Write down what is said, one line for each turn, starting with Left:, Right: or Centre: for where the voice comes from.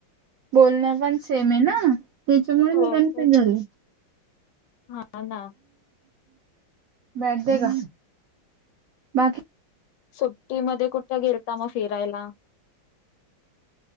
Right: बोलणं पण सेम आहे ना त्याच्यामुळे
Left: हो
Right: मी कन्फ्युज
Left: काय
Right: झाले.
Left: हा ना
Right: <inaudible> का बाकी
Left: सुट्टीमध्ये कुठे गेलता मग फिरायला?